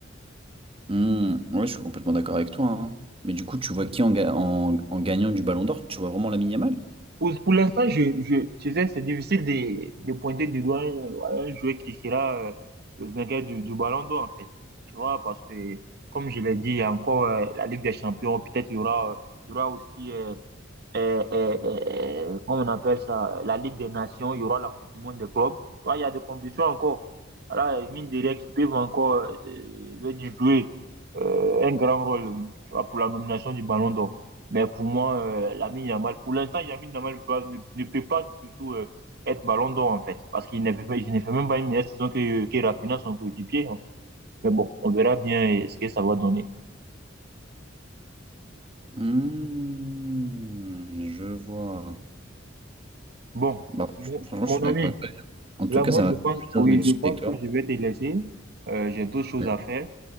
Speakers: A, on the right (about 30°); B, on the right (about 55°).
A: Mm, Ouais, je suis complètement d'accord avec toi. hein. Mais du coup, tu vois qui en, ga- en, en gagnant du Ballon d'Or? Tu vois vraiment Lamine Yamal?
B: Pour, pour l'instant, je, je, tu sais, c'est difficile de, de pointer du doigt un, un joueur qui sera euh, le vainqueur du, du ballon d'or, en fait. Tu vois, parce que, comme je l'ai dit, il y a encore euh, la Ligue des Champions. Peut-être il y aura, euh, il y aura aussi euh, euh, euh, euh, comment on appelle ça, la Ligue des Nations, il y aura la Coupe du Monde des clubs. Tu vois, il y a des compétitions encore. Voilà, mine de rien, qui peuvent encore euh, veut dire jouer euh, un grand rôle tu vois, pour la nomination du Ballon d'Or. Mais pour moi, euh, Lamine Yamal, pour l'instant, Lamine Yamal ne, peut pas- ne- ne peut pas surtout euh, être Ballon d'Or, en fait, parce qu'il ne peut pas, il ne fait même pas une meilleure saison que, que Raphinha, son coéquipier. hein. Mais bon, on verra bien euh, ce que ça va donner.
A: Mm, je vois.
B: Bon,
A: Bah,
B: mon
A: fr- franchement,
B: mon
A: je suis
B: ami.
A: d'accord avec toi. En
B: Là,
A: tout cas,
B: moi,
A: ça
B: je
A: m'a fait
B: pense,
A: plaisir
B: oui,
A: de discuter
B: je pense
A: avec toi.
B: que je vais te laisser. Euh, j'ai d'autres choses
A: Ouais.
B: à faire.